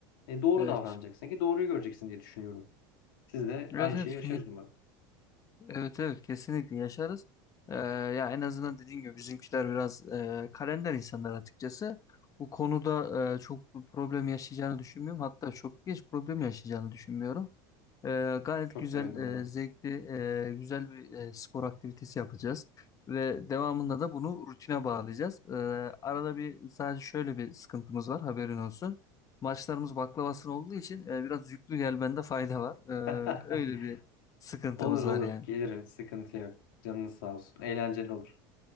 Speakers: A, on the left; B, on the left.
A: E, doğru
B: evet.
A: davranacaksın ki doğruyu göreceksin diye düşünüyorum. Siz de
B: Evet
A: aynı
B: evet.
A: şeyi yaşarız umarım.
B: Evet evet kesinlikle yaşarız. Ee, ya en azından dediğim gibi bizimkiler biraz e, kalender insanlar açıkçası. Bu konuda e, çok bir problem yaşayacağını düşünmüyorum. Hatta çok geç problem yaşayacağını düşünmüyorum. Ee, gayet
A: Çok
B: güzel,
A: sevindim buna.
B: e, zevkli, e, güzel bir e, spor aktivitesi yapacağız. Ve devamında da bunu rutine bağlayacağız. Ee, arada bir sadece şöyle bir sıkıntımız var haberin olsun. Maçlarımız baklavasına olduğu için e, biraz yüklü gelmende fayda var. Ee,
A: <laughs>
B: öyle bir sıkıntımız
A: Olur olur
B: var yani.
A: gelirim sıkıntı yok. Canınız sağ olsun. Eğlenceli olur.